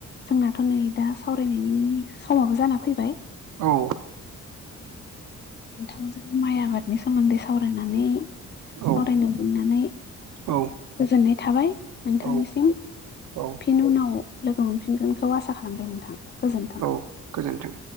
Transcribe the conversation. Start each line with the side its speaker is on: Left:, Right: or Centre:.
Left: जोंनाथ' नै दा सावरायनायनि समाबो जाना फैबाय।
Right: औ
Left: नोंथांजों माइ आबाद बिनि सोमोन्दै सावरायनानै
Right: औ
Left: सावरायनो मोननानै।
Right: औ
Left: गोजोननाय थाबाय नोंथांनिसिम
Right: औ औ
Left: फिनि उनाव लोगो मोनफिनगोनखौ आसा खालामबाय नोंथां गोजोनथों।
Right: औ गोजोन्थों